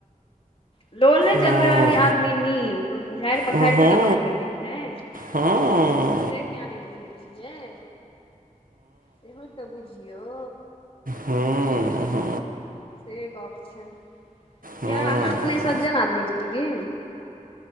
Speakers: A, on the left; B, on the right.
A: लोे
B: हूँ
A: चलबे वाली आद ्मी नीक झाड़ि पखाड़
B: हूँ हूँ
A: के तऽ गप क दै छै
B: हूँ हूँ
A: से किया नहि बुझै छियै से म तऽ बुझियौ
B: हू ह
A: से गप छै
B: हूँ
A: यए अहाँ अपने सज्जन आदमी छीयै की